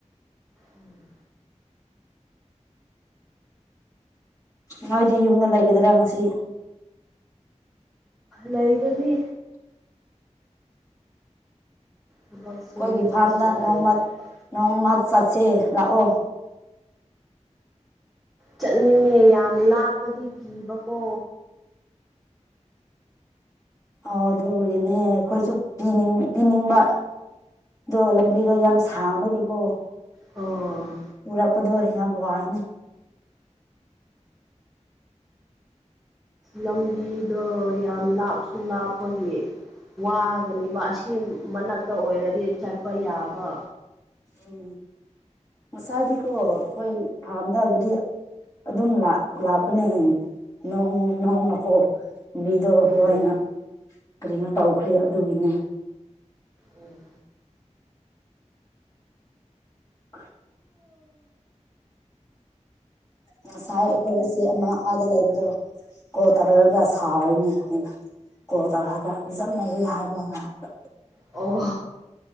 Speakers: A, in the centre; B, on the left.
A: ꯎꯝ
B: ꯅꯣꯏꯗꯤ ꯌꯨꯝꯗ ꯂꯩꯒꯗ꯭ꯔ ꯉꯁꯤ
A: ꯂꯩꯒꯅꯤ ꯊꯕꯛ ꯁꯨꯅꯤꯡꯉꯥꯏꯁꯨ
B: ꯈꯣꯏꯒꯤ ꯐꯥꯔꯝꯗ
A: ꯂꯩꯇꯕ
B: ꯅꯣꯡꯃ ꯅꯣꯡꯃ ꯆꯠꯁꯦ ꯂꯥꯛꯑꯣ
A: ꯆꯠꯅꯤꯡꯉꯦ ꯌꯥꯝ ꯂꯥꯞꯄꯗꯤ ꯀꯤꯕꯀꯣ
B: ꯑꯣ ꯑꯗꯨꯒꯤꯅꯦ ꯈꯣꯏꯁꯨ ꯄꯤꯅꯤꯡ ꯄꯤꯅꯤꯡꯕ ꯑꯗꯣ ꯂꯝꯕꯤꯗꯣ ꯌꯥꯝ ꯁꯥꯡꯕꯒꯤꯀꯣ
A: ꯑꯣ
B: ꯄꯨꯔꯛꯄꯗꯣ ꯌꯥꯝ ꯋꯥꯏꯅꯦ
A: ꯂꯝꯕꯤꯗꯣ ꯌꯥꯝ ꯂꯥꯞꯁꯨ ꯂꯥꯞꯄꯒꯤ ꯋꯥꯒꯅꯤꯕ ꯑꯁꯤ ꯃꯅꯥꯛꯇ ꯑꯣꯏꯔꯗꯤ ꯆꯠꯄ ꯌꯥꯕ
B: ꯎꯝ ꯉꯁꯥꯏꯗꯤꯀꯣ ꯑꯩꯈꯣꯏ ꯐꯥꯔꯝꯗꯒꯗꯤ ꯑꯗꯨꯝ ꯂꯥꯛ ꯂꯥꯛꯄꯅꯦ ꯅꯣꯡ ꯅꯣꯡ ꯅꯀꯣ ꯕꯤꯗꯣ
A: ꯎꯝ
B: ꯂꯣꯏꯅ ꯀꯔꯤꯅꯣ ꯇꯧꯈ꯭ꯔꯦ ꯑꯗꯨꯒꯤꯅꯤ
A: ꯎꯝ
B: ꯈ ꯉꯁꯥꯏ ꯑꯩꯈꯣꯏꯕꯁꯦ ꯑꯃꯅ ꯑꯥꯗ ꯂꯩꯕꯗꯣ ꯀꯣꯜ ꯇꯧꯔꯛꯔꯒ ꯁꯥꯎꯏꯅꯦ ꯑꯩꯅ ꯀꯣꯜ ꯇꯧꯔꯛꯑꯒ ꯔꯤꯆꯝꯅꯩꯩ ꯍꯤ ꯍꯥꯏꯕꯅ ꯉꯥꯛꯇ
A: ꯑꯣ